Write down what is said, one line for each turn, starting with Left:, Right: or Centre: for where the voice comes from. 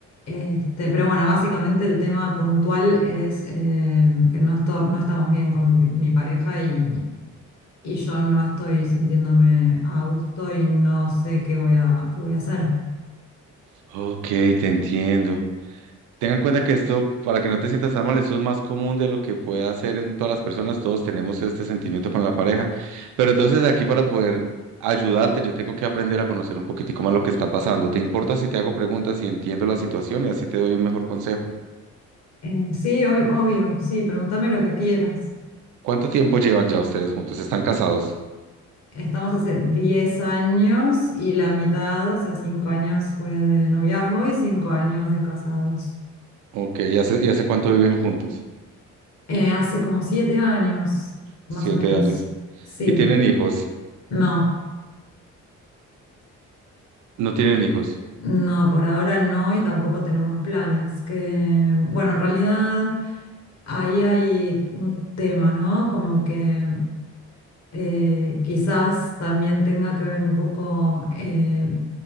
Left: Este, pero bueno, básicamente el tema puntual es eh, que no, esto- no estamos bien con mi mi pareja y, y yo no estoy sintiéndome a gusto y no sé qué voy a, qué voy a hacer.
Right: Ok, te entiendo. Tengan en cuenta que esto, para que no te sientas tan mal, esto es más común de lo que puede hacer en todas las personas, todos tenemos este sentimiento con la pareja, pero entonces aquí para poder ayudarte, yo tengo que aprender a conocer un poquitico más lo que está pasando. ¿Te importa si te hago preguntas y entiendo la situación y así te doy un mejor consejo?
Left: Eh, sí, ob- obvio, sí, pregúntame lo que quieras.
Right: ¿Cuánto tiempo llevan ya ustedes juntos? ¿Están casados?
Left: Estamos hace 10 años y la mitad, o sea, 5 años fue de noviazgo y 5 años de casados.
Right: Ok, ¿y hace, y hace cuánto viven juntos?
Left: Eh, hace como 7 años, más
Right: Siete
Left: o menos.
Right: años.
Left: Sí,
Right: ¿Y tienen hijos?
Left: no.
Right: No tienen hijos.
Left: No, por ahora no y tampoco tenemos planes. Que, bueno, en realidad ahí hay un tema, ¿no? Como que eh, quizás también tenga que ver un poco eh,